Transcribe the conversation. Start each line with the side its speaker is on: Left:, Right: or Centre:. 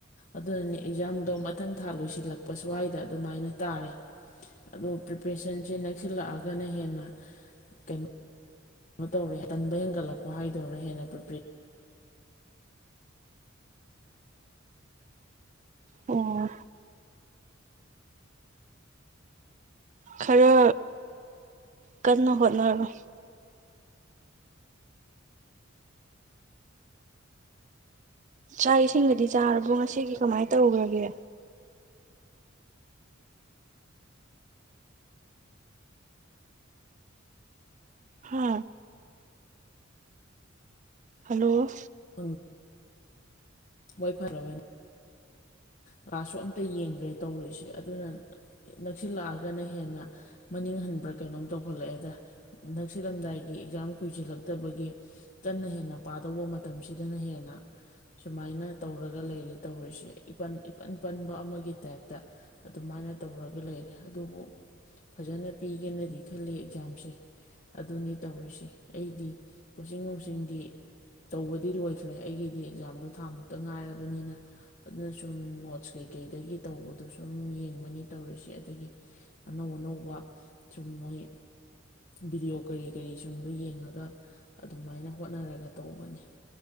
Left: ꯑꯗꯨꯅꯅꯦ ꯑꯦꯛꯖꯥꯝꯗꯣ ꯃꯊꯪ ꯊꯥ ꯂꯣꯏꯁꯤꯜꯂꯛꯄ ꯁ꯭ꯋꯥꯏꯗ ꯑꯗꯨꯃꯥꯏꯅ ꯇꯥꯔꯦ ꯑꯗꫭ ꯄ꯭ꯔꯤꯄꯔꯦꯁꯟꯁꯦ ꯅꯛꯁꯤꯜꯂꯛꯑꯒꯅ ꯍꯦꯟꯅ ꯀꯩꯅꯣ꯫ ꯀꯩꯅꯣ ꯇꯧꯔꯦ ꯇꯟꯕ ꯍꯦꯟꯒꯠꯂꯛꯄ ꯍꯥꯏꯗꯔꯥ ꯍꯦꯟꯅ ꯄ꯭ꯔꯤꯄꯦ꯫
Right: ꯑꯣ ꯈꯔ ꯀꯟꯅ ꯍꯣꯠꯅꯔꯣ꯫ ꯆꯥꯛ ꯏꯁꯤꯡꯒꯗꯤ ꯆꯥꯔꯕꯣ ꯉꯁꯤꯒꯤ ꯀꯃꯥꯏꯅ ꯇꯧꯈ꯭ꯔꯒꯦ꯫ ꯍꯥ ꯍꯜꯂꯣ꯫
Left: <unintelligible> ꯍꫭꯏ ꯐꯔꯕꯅꯤ ꯀ꯭ꯂꯥꯁꯁꯨ ꯑꯝꯇ ꯌꯦꯡꯗ꯭ꯔꯦ ꯇꯧꯔꯤꯁꯦ ꯑꯗꯨꯅ ꯅꯛꯁꯤꯜꯂꯛꯑꯒꯅ ꯍꯦꯟꯅ ꯃꯅꯤꯡꯍꯟꯕ꯭ꯔꯥ ꯀꯩꯅꯣꯝ ꯇꯧꯈꯠꯂꯛꯑꯦꯗ ꯅꯛꯁꯤꯜꯂꯝꯗꯥꯏꯒꯤ ꯑꯦꯛꯖꯥꯝ ꯀꯨꯏꯁꯤꯜꯂꯛꯇꯕꯒꯤ ꯀꯟꯅ ꯍꯦꯟꯅ ꯄꯥꯗꯧꯕ ꯃꯇꯝ꯫ ꯃꯇꯝꯁꯤꯗꯅ ꯍꯦꯟꯅ ꯁꯨꯃꯥꯏꯅ ꯇꯧꯔꯒ ꯂꯩꯔꯦ ꯇꯧꯔꯤꯁꯦ ꯏꯟ ꯏꯄꯟ ꯄꯟꯕ ꯑꯃꯒꯤ ꯇꯥꯏꯞꯇ ꯑꯗꯨꯃꯥꯏꯅ ꯇꯧꯔꯒ ꯂꯩꯔꯦ ꯑꯗꯨꯕꯨ ꯐꯖꯅ ꯄꯤꯒꯦꯅꯗꯤ ꯈꯜꯂꯤ ꯑꯦꯛꯖꯥꯝꯁꯦ ꯑꯗꯨꯅꯤ ꯇꯧꯔꯤꯁꯦ ꯑꯩꯗꯤ ꯀꯣꯆꯤꯡ ꯅꯨꯡꯆꯤꯡꯗꯤ꯫ ꯇꯧꯕꯗꯤ ꯂꯣꯏꯈ꯭ꯔꯦ ꯑꯩꯒꯤꯗꯤ ꯑꯦꯛꯖꯥꯝꯗꯣ ꯊꯥ ꯃꯨꯛꯇ ꯉꯥꯏꯔꯕꯅꯤꯅ ꯑꯗꯨꯅ ꯁꯨꯝ ꯅꯣꯠꯁ ꯀꯩꯀꯩꯗꯒꯤ ꯇꯧꯕꯗꯣ ꯁꯨꯝ ꯌꯦꯡꯕꯅꯤ ꯇꯧꯔꯤꯁꯦ ꯑꯗꯒꯤ ꯑꯅꯧ ꯑꯅꯧꯕ ꯁꯨꯝ ꯃꯣꯏ ꯕꯤꯗꯤꯑꯣ ꯀꯔꯤ ꯀꯔꯤꯁꯤꯡꯗꯣ ꯌꯦꯡꯉꯒ ꯑꯗꯨꯃꯥꯏꯅ ꯍꯣꯠꯅꯔꯒ ꯇꯧꯕꯅꯤ꯫